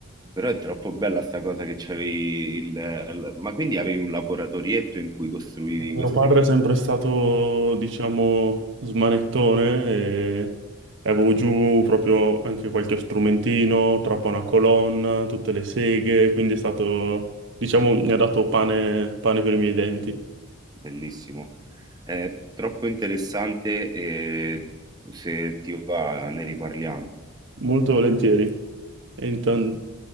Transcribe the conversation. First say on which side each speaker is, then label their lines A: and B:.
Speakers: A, on the right (about 20°); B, on the right (about 60°).
A: Però è troppo bella sta cosa che c'avevi il... il- Ma quindi avevi un laboratorietto in cui costruivi
B: Mio
A: queste
B: padre
A: cose?
B: è sempre stato, diciamo, smanettone e avevo giù proprio anche qualche strumentino, trapana colonna, tutte le seghe, quindi è stato, diciamo, mi ha dato pane, pane per i miei denti,
A: Bellissimo. È troppo interessante e se ti va ne riparliamo.
B: molto volentieri. E intan-